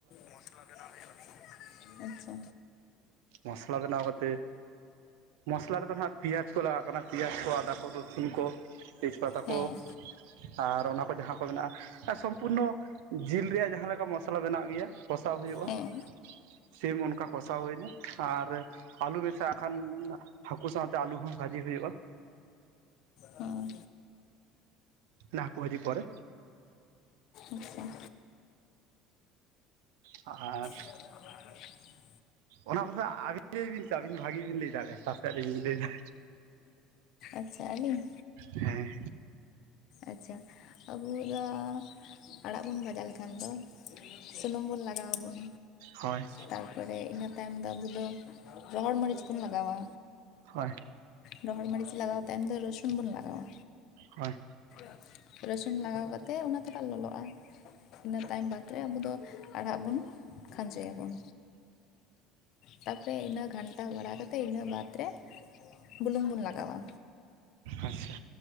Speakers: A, on the left (about 60°); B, on the right (about 80°).
A: ᱢᱚᱥᱞᱟ ᱵᱮᱱᱟᱣ ᱦᱩᱭᱩᱜᱼᱟ ᱱᱤᱛ, ᱟᱪᱪᱷᱟ᱾
B: ᱢᱚᱥᱞᱟ ᱵᱮᱱᱟᱣ ᱠᱟᱛᱮ ᱢᱚᱥᱞᱟ ᱨᱮᱫᱚ ᱱᱟᱦᱟᱸᱜ ᱯᱮᱸᱭᱟᱡ ᱠᱚ ᱞᱟᱜᱟᱜ ᱠᱟᱱᱟ ᱯᱮᱸᱭᱟᱡᱽ ᱠᱚ ᱟᱫᱟ ᱠᱚ ᱨᱚᱥᱩᱱ ᱠᱚ ᱛᱮᱡᱽᱯᱟᱛᱟ
A: ᱦᱮᱸ
B: ᱠᱚ ᱟᱨ ᱚᱱᱟ ᱠᱚ ᱡᱟᱦᱟᱸ ᱠᱚ ᱢᱮᱱᱟᱜᱼᱟ, ᱥᱚᱢᱯᱩᱨᱱᱚ ᱡᱤᱞ ᱨᱮᱭᱟᱜ ᱡᱟᱦᱟᱸᱮ ᱞᱮᱠᱟ ᱢᱚᱥ ᱥᱟᱞᱟ ᱵᱮᱱᱟᱜ ᱜᱮᱭᱟ ᱠᱚᱥᱟᱣ ᱦᱩᱭᱩᱜᱼᱟ
A: ᱦᱮᱸ
B: ᱥᱮᱢ ᱚᱱᱠᱟ ᱠᱚᱥᱟᱣ ᱦᱩᱭᱱᱟ, ᱟᱨ ᱟᱞᱩ ᱢᱮᱥᱟᱣᱟᱜ ᱠᱷᱟᱱ ᱦᱟᱹᱠᱩ ᱥᱟᱶᱛᱮ ᱟᱞᱩ ᱦᱚᱸ ᱵᱷᱟᱹᱡᱤ ᱦᱩᱭᱩᱜᱼᱟ᱾
A: ᱦᱚᱸ
B: ᱚᱱᱟ ᱦᱟᱹᱠᱩ ᱵᱷᱟᱡᱤ ᱯᱚᱨᱮ
A: ᱟᱪᱪᱷᱟ᱾
B: ᱟᱨ
A: ᱟᱨ
B: ᱚᱱᱟ ᱠᱚᱫᱚ ᱟᱹᱵᱤᱱ ᱞᱟᱹᱭ ᱵᱤᱱ ᱥᱮ ᱟᱹᱵᱤᱱ ᱵᱷᱟᱹᱜᱤ ᱵᱤᱱ ᱞᱟᱹᱭ ᱫᱟᱲᱮᱭᱟᱜᱼᱟ ᱛᱟᱨ ᱥᱮᱫ ᱟᱹᱞᱤᱧ ᱞᱟᱹᱭᱫᱟ᱾
A: ᱟᱪᱪᱷᱟ ᱟᱹᱞᱤᱧ?
B: ᱦᱮᱸ᱾
A: ᱟᱪᱪᱷᱟ ᱟᱵᱩ ᱫᱚ ᱟᱲᱟᱜ ᱵᱚᱱ ᱵᱷᱟᱡᱟ ᱞᱮᱠᱷᱟᱱ ᱫᱚ ᱥᱩᱱᱩᱢ ᱵᱚᱱ ᱞᱟᱜᱟ ᱟᱵᱚᱱ,
B: ᱦᱳᱭ᱾
A: ᱛᱟᱨ ᱯᱚᱨᱮ ᱤᱱᱟᱹ ᱛᱟᱭᱚᱢ ᱫᱚ ᱟᱵᱚ ᱫᱚ ᱨᱚᱦᱚᱲ ᱢᱟᱹᱨᱤᱪ ᱵᱚᱱ ᱞᱟᱜᱟᱣᱟ᱾
B: ᱦᱳᱭ᱾
A: ᱨᱚᱦᱚᱲ ᱢᱟᱹᱨᱤᱪ ᱞᱟᱜᱟᱣ ᱛᱟᱭᱚᱢ ᱫᱚ ᱨᱚᱥᱩᱱ ᱵᱚᱱ ᱞᱟᱜᱟᱣᱟ᱾
B: ᱦᱳᱭ᱾
A: <inaudible> ᱨᱟᱹᱥᱩᱱ ᱞᱟᱜᱟᱣ ᱠᱟᱛᱮᱫ ᱚᱱᱟ ᱛᱷᱚᱲᱟ ᱞᱚᱞᱚᱜᱼᱟ᱾ ᱤᱱᱟᱹ ᱛᱟᱭᱚᱢ ᱵᱟᱫ ᱨᱮ ᱟᱵᱚ ᱫᱚ ᱟᱲᱟᱜ ᱵᱚᱱ ᱠᱷᱟᱸᱡᱚᱭᱟᱵᱚᱱ᱾ ᱛᱟᱨᱯᱚᱨᱮ ᱤᱱᱟᱹ ᱜᱷᱟᱱᱴᱟ ᱵᱟᱲᱟ ᱠᱟᱛᱮ ᱤᱱᱟᱹ ᱵᱟᱫ ᱨᱮ ᱵᱩᱞᱩᱝ ᱵᱚᱱ ᱞᱟᱜᱟᱣᱟ,
B: ᱟᱪᱪᱷᱟ